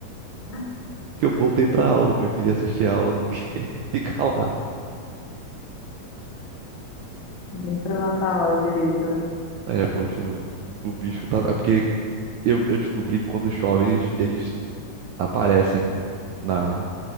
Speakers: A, on the left (about 50°); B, on the right (about 80°).
A: <laughs>
B: que eu voltei pra aula. Eu preferi assistir a aula do que <laughs> ficar lá.
A: nem pra matar a aula direito, né?
B: É, poxa, o, o bicho tava. É porque eu, eu descobri que quando chove eles, eles aparecem na,